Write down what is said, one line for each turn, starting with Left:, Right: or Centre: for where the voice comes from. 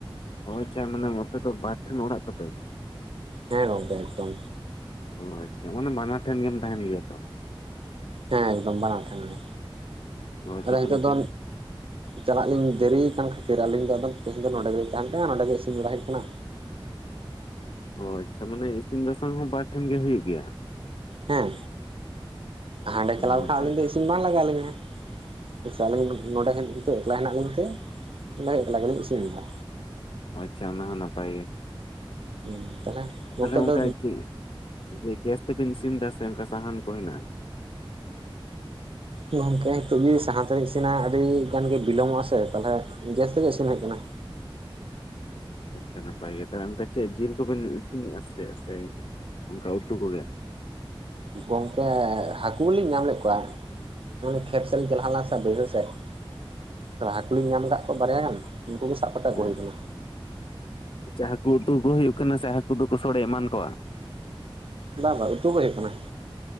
Left: ᱚ ᱟᱪᱪᱷᱟ ᱢᱟᱱᱮ ᱱᱚᱛᱮ ᱫᱚ ᱵᱟᱨ ᱴᱷᱮᱱ ᱚᱲᱟᱜ ᱛᱟᱯᱮ?
Right: ᱦᱮᱸ ᱜᱚᱝᱠᱮ ᱮᱠᱫᱚᱢ᱾
Left: ᱚ ᱟᱪᱪᱷᱟ ᱢᱟᱱᱮ ᱵᱟᱱᱟᱨ ᱴᱷᱮᱱ ᱜᱮᱢ ᱛᱟᱦᱮᱱ ᱜᱮᱭᱟ ᱛᱚ᱾
Right: ᱦᱮᱸ ᱮᱠᱫᱚᱢ ᱵᱟᱱᱟᱨ ᱴᱷᱮᱱ ᱜᱮ,
Left: ᱚ ᱟᱪᱪᱷᱟ
Right: ᱟᱫᱚ ᱱᱤᱛᱚᱜ
Left: ᱛᱟᱦᱚᱞᱮ ᱛᱮᱦᱮᱧ
Right: ᱫᱚ ᱪᱟᱞᱟᱜ ᱞᱤᱧ ᱫᱮᱨᱤᱭ ᱟᱠᱟᱱ ᱠᱷᱟᱹᱛᱤᱨ ᱟᱹᱞᱤᱧ ᱫᱚ ᱟᱫᱚ ᱛᱮᱦᱮᱧ ᱫᱚ ᱱᱚᱰᱮ ᱜᱮᱞᱤᱧ ᱛᱟᱦᱮᱱ ᱠᱟᱱᱟ ᱱᱚᱰᱮ ᱜᱮ ᱤᱥᱤᱱ ᱵᱟᱲᱟ ᱦᱩᱭᱩᱜ ᱠᱟᱱᱟ᱾
Left: ᱚ ᱟᱪᱪᱷᱟ ᱢᱟᱱᱮ ᱤᱥᱤᱱ ᱵᱟᱥᱟᱝ ᱦᱚᱸ ᱵᱟᱨ ᱴᱷᱮᱱ ᱜᱮ ᱦᱩᱭᱩᱜ ᱜᱮᱭᱟ?
Right: ᱦᱮᱸ᱾ ᱦᱟᱸᱰᱮ
Left: ᱟᱹᱰᱤ
Right: ᱪᱟᱞᱟᱣ ᱞᱮᱠᱷᱟᱱ
Left: ᱱᱟᱯᱟᱭ
Right: ᱟᱹᱞᱤᱧ ᱫᱚ ᱤᱥᱤᱱ ᱵᱟᱝ ᱞᱟᱜᱟᱣ ᱞᱤᱧᱟᱹ᱾ ᱢᱮᱥᱮ ᱟᱹᱞᱤᱧ ᱱᱚᱰᱮ ᱦᱮᱡ ᱠᱟᱛᱮ ᱮᱠᱞᱟ ᱦᱮᱱᱟᱜ ᱞᱤᱧ ᱛᱮ ᱱᱚᱰᱮ ᱮᱠᱞᱟ ᱜᱮᱞᱤᱧ ᱤᱥᱤᱱ ᱮᱫᱟ᱾
Left: ᱟᱪᱪᱷᱟ ᱚᱱᱟ ᱦᱚᱸ ᱱᱟᱯᱟᱭ ᱜᱮ᱾
Right: ᱦᱮᱸ ᱛᱟᱦᱚᱞᱮ
Left: ᱟᱯᱮ
Right: ᱜᱚᱝᱠᱮ
Left: ᱥᱮᱜ ᱚᱱᱠᱟ
Right: ᱫᱚ
Left: ᱪᱤᱜ ᱜᱮᱥ ᱛᱮᱵᱮᱱ ᱤᱥᱤᱱ ᱮᱫᱟ, ᱥᱮ ᱚᱱᱠᱟ ᱥᱟᱦᱟᱱ ᱠᱚ ᱦᱮᱱᱟᱜᱼᱟ?
Right: ᱜᱚᱝᱠᱮ ᱱᱤᱛᱚᱜ ᱜᱮ ᱥᱟᱦᱟᱱ ᱛᱮᱞᱤᱧ ᱤᱥᱤᱱᱟ ᱟᱹᱰᱤ ᱜᱟᱱ ᱜᱮ ᱵᱤᱞᱚᱢᱚᱜᱼᱟ ᱥᱮ, ᱛᱟᱦᱚᱞᱮ ᱜᱮᱥ ᱛᱮᱜᱮ ᱤᱥᱤᱱ ᱦᱩᱭᱩᱜ ᱠᱟᱱᱟ᱾
Left: ᱟᱪᱪᱷᱟ ᱱᱟᱯᱟᱭ ᱜᱮ᱾ ᱛᱟᱦᱚᱞᱮ ᱚᱱᱠᱟ ᱪᱮᱜ ᱡᱤᱞ ᱠᱚᱵᱮᱱ ᱤᱥᱤᱱᱮᱜᱼᱟ ᱥᱮ ᱥᱮ ᱚᱱᱠᱟ ᱩᱛᱩ ᱠᱚᱜᱮ?
Right: ᱜᱚᱝᱠᱮ ᱦᱟᱹᱠᱩ ᱞᱤᱧ ᱧᱟᱢ ᱞᱮᱫ ᱠᱚᱣᱟ᱾ ᱢᱟᱱᱮ ᱠᱷᱮᱛ ᱥᱮᱫ ᱞᱤᱝ ᱪᱟᱞᱟᱣ ᱞᱮᱱᱟ ᱥᱮ ᱵᱟᱹᱭᱦᱟᱹᱲ ᱥᱮᱜ ᱛᱟᱦᱚᱞᱮ ᱦᱟᱹᱠᱩ ᱞᱤᱧ ᱧᱟᱢ ᱠᱟᱜ ᱠᱚᱣᱟ ᱵᱟᱨᱭᱟ ᱜᱟᱱ ᱩᱱᱠᱩ ᱜᱮ ᱥᱟᱵ ᱠᱟᱛᱮ ᱟᱹᱜᱩ
Left: ᱦᱮᱸ
Right: ᱦᱩᱭ ᱠᱟᱱᱟ᱾
Left: ᱟᱪᱪᱷᱟ ᱦᱟᱹᱠᱩ ᱩᱛᱩ ᱠᱚ ᱦᱩᱭᱩᱜ ᱠᱟᱱᱟ ᱥᱮ, ᱦᱟᱹᱠᱩ ᱫᱚᱠᱚ ᱥᱳᱲᱮ ᱮᱢᱟᱱ ᱠᱚᱣᱟ?
Right: ᱵᱟ ᱵᱟ ᱩᱛᱩ ᱠᱚ ᱦᱩᱭᱩᱜ ᱠᱟᱱᱟ᱾